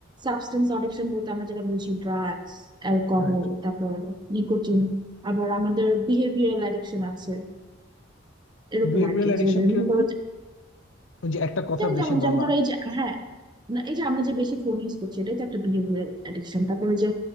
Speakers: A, on the right; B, on the left.
A: সাবস্টেন্স অ্যাডিকশন বলতে আমরা যেটা বুঝি ড্রাগস অ্যালকোহল
B: রাইট
A: তারপর নিকোটিন আবার আমাদের বিহেভিয়ারাল অ্যাডিকশন আছে এরকম
B: বিহেভিয়ারাল
A: আর কি
B: অ্যাডিকশন
A: যে
B: কিরকম
A: মনে করো যে-
B: ওই যে একটা কথা
A: যেমন
B: বেশি
A: যেমন
B: বলা
A: যেমন ধরো এই যে হ্যাঁ না, এই যে আমরা যে বেশি ফোন ইউজ করছি এটাই তো একটা বিহেভিয়ারাল অ্যাডিকশন তারপরে যে